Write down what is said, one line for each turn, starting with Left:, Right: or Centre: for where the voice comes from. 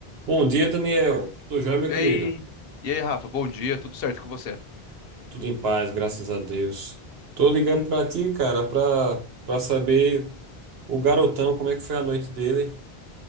Right: Bom dia, Daniel. Tudo jóia, meu
Left: E
Right: querido?
Left: aí, e aí, Rafa, bom dia, tudo certo com você?
Right: Tudo em paz, graças a Deus. Tô ligando pra ti, cara, pra, pra saber o garotão, como é que foi a noite dele.